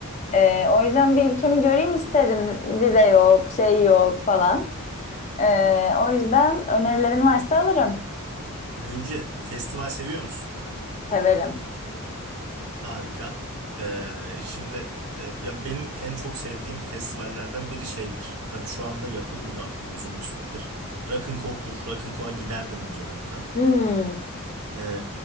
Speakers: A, on the left; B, on the right.
A: E, o yüzden bir ülkemi göreyim isterim. Vize yok, şey yok falan. E, o yüzden önerilerin varsa alırım.
B: Gülce festival seviyor musun?
A: Severim.
B: Harika. Ee, şimdi e, ya benim en çok sevdiğim festivallerden biri şeydir. Tabii şu anda yapılmıyor uzun bir süredir. Rock'n'Coke'tur. Rock'n'Coke'a giderdim önceden ben.
A: Hmm,
B: Ee,